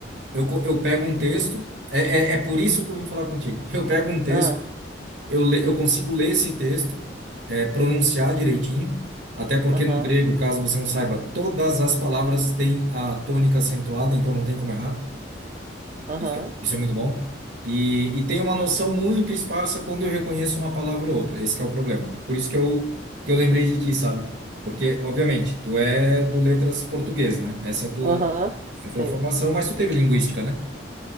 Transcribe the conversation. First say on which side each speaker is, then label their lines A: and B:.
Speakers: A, on the right; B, on the right.
A: eu, co- eu pego um texto, é, é, é por isso que eu vim falar contigo. Eu pego um texto
B: Ah,
A: Eu, le- eu consigo ler esse texto, é, pronunciar direitinho, até porque
B: aham,
A: no grego, caso você não saiba, todas as palavras têm a tônica acentuada, então não tem como errar.
B: aham,
A: Isso, é- isso é muito bom. E, e tem uma noção muito esparsa quando eu reconheço uma palavra ou outra. Esse que é o problema. Por isso que eu, que eu lembrei de ti, sabe? Porque, obviamente, tu é do letras português, né? Essa é a tua,
B: aham, sim.
A: é a tua formação, mas tu teve linguística, né?